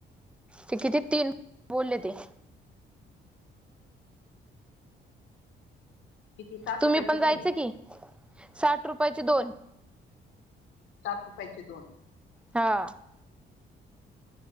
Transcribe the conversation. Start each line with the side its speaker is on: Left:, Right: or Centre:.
Centre: ते किती तीन बोलले ते
Left: किती साठ
Centre: तुम्ही
Left: रुपयाचे
Centre: पण जायच
Left: तीन
Centre: की साठ रुपयाचे दोन.
Left: साठ रुपायचे दोन.
Centre: हा.